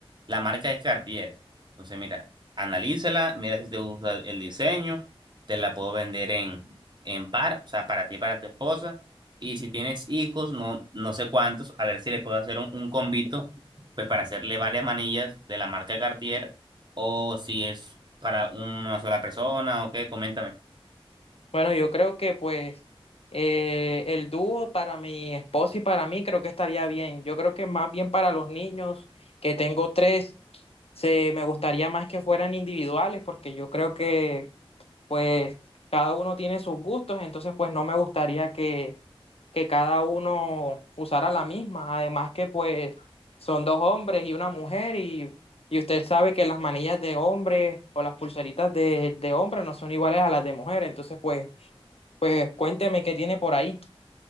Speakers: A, on the right; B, on the left.
A: la marca es Cartier. Entonces, mira, analízala, mira si te gusta el diseño, te la puedo vender en, en par, o sea, para ti y para tu esposa. Y si tienes hijos, no, no sé cuántos, a ver si le puedo hacer un, un convito, pues para hacerle varias manillas de la marca Cartier o si es para una sola persona o qué? Coméntame.
B: Bueno, yo creo que pues eh, el dúo para mi esposa y para mí creo que estaría bien. Yo creo que más bien para los niños, que tengo tres, se me gustaría más que fueran individuales, porque yo creo que pues cada uno tiene sus gustos, entonces pues no me gustaría que, que cada uno usara la misma. Además que pues son dos hombres y una mujer y y usted sabe que las manillas de hombres o las pulseritas de, de hombres no son iguales a las de mujeres. Entonces, pues, pues cuénteme qué tiene por ahí.